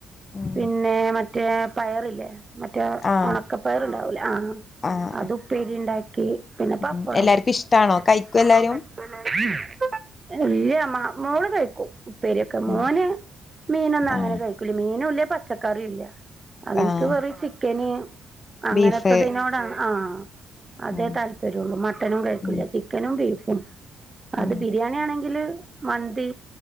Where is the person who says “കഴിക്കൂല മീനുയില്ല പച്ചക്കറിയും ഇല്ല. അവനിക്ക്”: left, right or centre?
Right